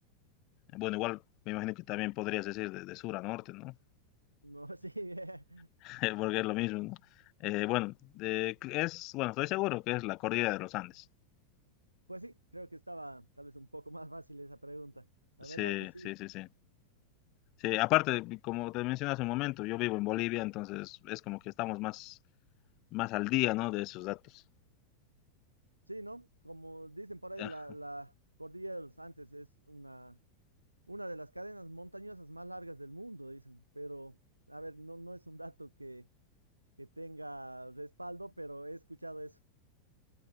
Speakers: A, on the left (about 40°); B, on the right (about 85°).
A: bueno, igual me imagino que también podrías decir de, de sur a norte, ¿no?
B: No, <laughs> sí, eh,
A: <laughs> Porque es lo mismo, ¿no? Eh, bueno, de- es, bueno, estoy seguro que es la cordillera de los Andes.
B: pues sí, creo que estaba tal vez un poco más fácil esa pregunta. La
A: Sí,
B: verdad que sí.
A: sí, sí, sí. Sí, aparte, como te mencioné hace un momento, yo vivo en Bolivia, entonces es como que estamos más, más al día, ¿no? De esos datos.
B: Sí, ¿no? Como dicen por ahí,
A: Ah,
B: la, la cordillera de los Andes es una, una de las cadenas montañosas más largas del mundo, dicen. Pero, a ver, no, no es un dato que, que tenga respaldo, pero he escuchado eso.